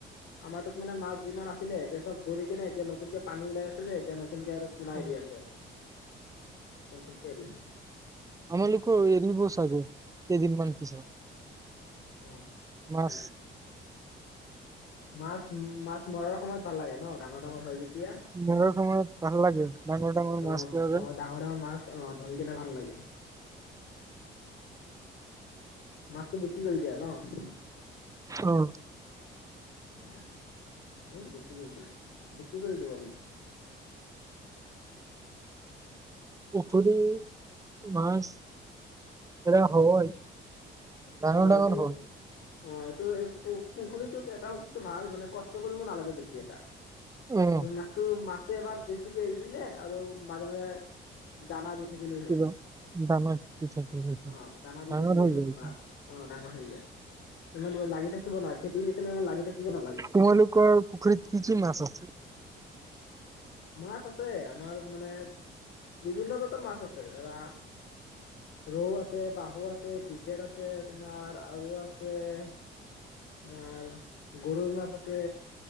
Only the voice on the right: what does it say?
অ
আমালোকৰো এৰিব চাগে কেইদিনমান পিছত।
মাছ
মৰাৰ
সময়ত ভাল
লাগে ডাঙৰ ডাঙৰ মাছ পোৱা যায়
অ'।
পুখুৰি মাছ এৰা হয় ডাঙৰ
ডাঙৰ
হয়
উম
<unintelligible>
তোমালোকৰ পুখুৰীত কি কি মাছ আছে?